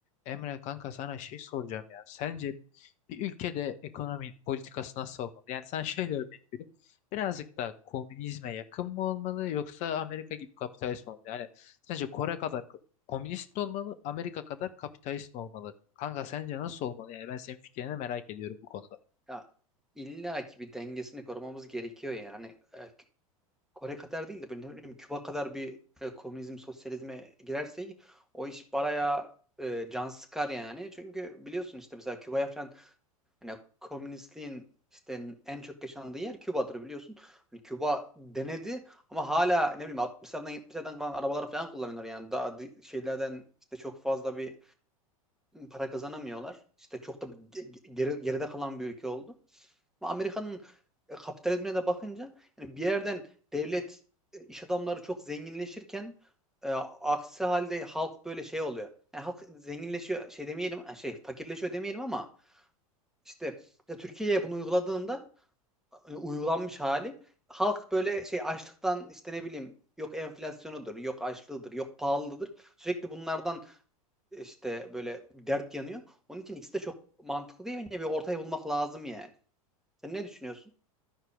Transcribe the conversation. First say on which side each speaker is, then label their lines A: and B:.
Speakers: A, on the left (about 40°); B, in the centre.
A: Emre kanka sana şey soracağım ya. Sence bir ülkede ekonomi politikası nasıl olmalı? Yani sen şöyle örnek vereyim. Birazcık daha komünizme yakın mı olmalı yoksa Amerika gibi kapitalist mi olmalı? Yani sence Kore kadar k- komünist mi olmalı, Amerika kadar kapitalist mi olmalı? Kanka sence nasıl olmalı? Yani ben senin fikrini merak ediyorum bu konuda.
B: Ya illa ki bir dengesini korumamız gerekiyor yani. E, Kore kadar değil de böyle ne bileyim Küba kadar bir e, komünizm, sosyalizme girersek o iş baraya e, can sıkar yani. Çünkü biliyorsun işte mesela Küba'ya falan hani komünistliğin işte en çok yaşandığı yer Küba'dır biliyorsun. Hani Küba denedi ama hala ne bileyim 60'lardan 70'lerden kalan arabalar falan kullanıyorlar yani daha di- şeylerden işte çok fazla bir para kazanamıyorlar. İşte çok da ge- geri- geride kalan bir ülke oldu. Ama Amerika'nın e, kapitalizmine de bakınca yani bir yerden devlet e, iş adamları çok zenginleşirken e, aksi halde halk böyle şey oluyor. Yani halk zenginleşiyor şey demeyelim e, şey fakirleşiyor demeyelim ama işte, işte Türkiye'ye bunu uyguladığında e, uygulanmış hali halk böyle şey açlıktan işte ne bileyim yok enflasyonudur, yok açlığıdır, yok pahalıdır. Sürekli bunlardan işte böyle dert yanıyor. Onun için ikisi de çok mantıklı değil. Bence bir ortayı bulmak lazım yani. Sen ne düşünüyorsun?